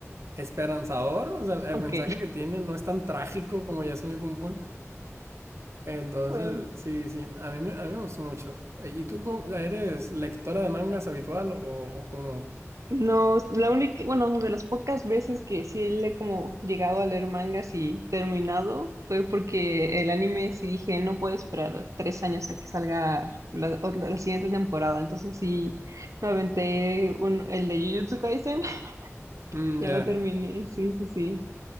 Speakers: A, on the right (about 60°); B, on the right (about 85°).
A: esperanzador, o sea, el
B: Ok,
A: mensaje que tiene no es tan trágico como Yasumi Pum Pum. Entonces,
B: <laughs> bueno,
A: sí, sí, a mí, me- a mí me gustó mucho. Eh, ¿Y tú cómo- eres lectora de mangas habitual o, o cómo?
B: no, la única, bueno, de las pocas veces que sí le he como llegado a leer mangas y terminado fue porque el anime sí dije, no puedo esperar tres años a que salga la, o la- la siguiente temporada, entonces sí me aventé un, el de Jujutsu Kaisen, <laughs>
A: Mm,
B: ya
A: ya.
B: lo terminé, sí, sí, sí.